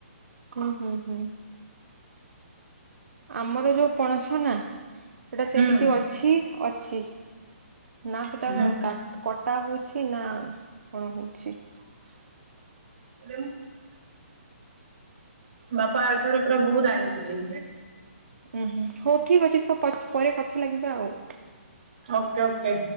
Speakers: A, on the right (about 75°); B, on the right (about 40°).
A: ହୁଁ ହୁଁ ହୁଁ। ଆମର ଯୋଉ ପଣସ ନା ସେଟା ସେମିତି
B: ହୁଁ
A: ଅଛି ଅଛି। ନା ସେଟା
B: ହୁଁ।
A: କାଟ କଟା ହଉଛି ନା କଣ ହଉଛି।
B: <unintelligible> ବାପା ଏଥର ପୁରା ବହୁତ ଆନିଥିଲେ।
A: ହୁଁ ହୁଁ, ହଉ ଠିକ ଅଛି, ତ ପରେ କଥା ଲାଗିବା ଆଉ।
B: Okay okay.